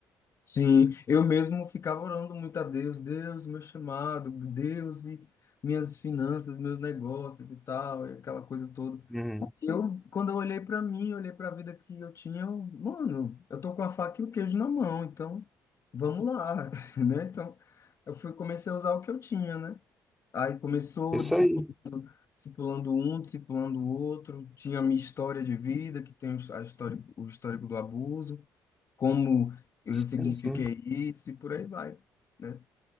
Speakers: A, on the left; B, in the centre.
A: Sim, eu mesmo ficava orando muito a Deus, Deus, meu chamado, Deus e minhas finanças, meus negócios e tal, e aquela coisa toda.
B: Uhum.
A: Eu, quando eu olhei para mim, olhei para a vida que eu tinha, eu, mano, eu tô com a faca e o queijo na mão, então vamos lá, <laughs> né? Então, eu fui, comecei a usar o que eu tinha, né? Aí começou
B: Isso
A: discipulando,
B: aí.
A: discipulando um, discipulando o outro, tinha a minha história de vida, que tem os- a história, o histórico do abuso como eu ressignifiquei
B: Sim.
A: isso e por aí vai, né?